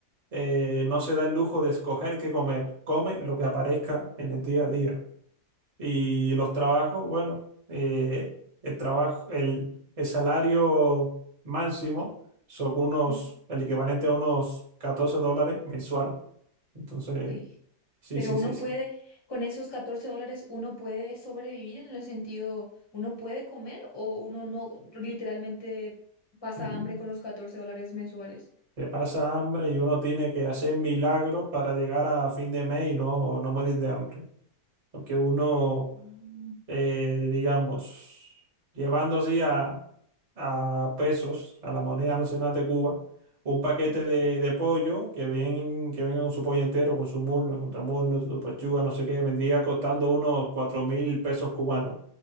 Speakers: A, on the right (about 25°); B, on the left (about 20°).
A: eh, no se da el lujo de escoger qué comer, come lo que aparezca en el día a día. Y los trabajos, bueno, eh, el trabajo, el, el salario máximo son unos,
B: Ujú.
A: el equivalente a unos 14 dólares mensuales. Entonces,
B: Uy.
A: sí,
B: Pero
A: sí,
B: uno
A: sí, sí.
B: puede, con esos 14 dólares, uno puede sobrevivir en el sentido, uno puede comer o uno no literalmente pasa
A: Mm,
B: hambre con los 14 dólares mensuales.
A: Te pasa hambre y uno tiene que hacer milagros para llegar a fin de mes y no, no morir de hambre. Porque uno
B: Mm,
A: eh, digamos, llevando así a, a pesos, a la moneda nacional de Cuba, un paquete
B: Sí.
A: de, de pollo que ven, que venga con su pollo entero, con su muslo, contramuslo, su pechuga, no sé qué, vendría costando unos cuatro mil pesos cubanos.